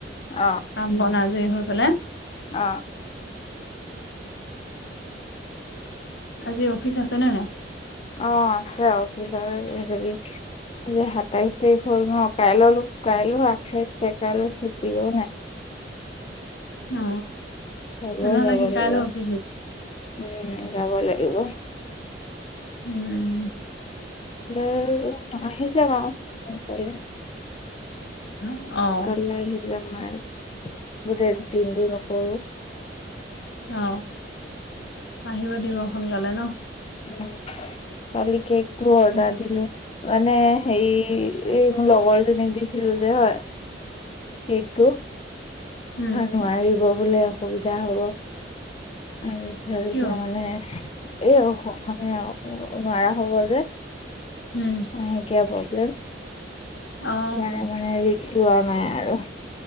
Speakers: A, on the left (about 30°); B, on the left (about 70°).
A: অ
B: কাম বন আজৰি হৈ পেলাই
A: অ
B: আজি অফিচ আছে নে নাই?
A: অ আছে অফিচ <inaudible> হেৰি আজি সাতাইশ তাৰিখ হ'ল ন কাইলৈলো কাইলৈ আঠাইশ তাৰিখ কাইলৈ ছুটিও নাই।
B: অ
A: কাইলৈও
B: তেনেহলে
A: যাব
B: কি
A: লাগিব
B: কাইল অফিছ নোজোৱা?
A: উম যাব লাগিব।
B: উম।
A: এ আহি যাবা ক কাইলে।
B: অ',
A: কাইলে আহি যাম মই গোটেই দিনটো নকৰো।
B: অ আহিব দিব সোনকালে ন।
A: উ কালি কেকটো অৰ্ডাৰ
B: অ',
A: দিলো। মানে হেৰি এই মোৰ লগৰজনীক দিছিলোঁ যে হয়। সেইটো
B: উম,
A: নোৱাৰিব বোলে অসুবিধা হ'ব। <inaudible>
B: কিয়?
A: এতিয়া মানে। এ মানে নোৱাৰা হব যে
B: উম,
A: মাহেকীয়া ব। <inaudible> মানে
B: অ',
A: ৰিক্স লোৱা নাই আৰু।